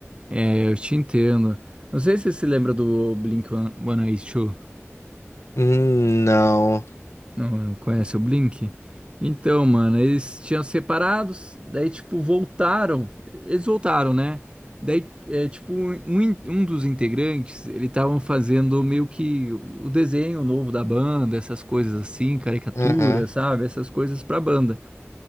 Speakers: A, on the right; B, on the left.
A: É, eu te entendo. Não sei se você se lembra do Blink-182. One- eighty-two.
B: Hum, não.
A: Não, não conhece o Blink? Então, mano, eles tinham separados, daí, tipo, voltaram. Eles voltaram, né? Daí, é, tipo, um, um in- um dos integrantes, ele estavam fazendo meio que o desenho novo da banda, essas coisas assim, caricatura,
B: Aham.
A: sabe? Essas coisas pra banda.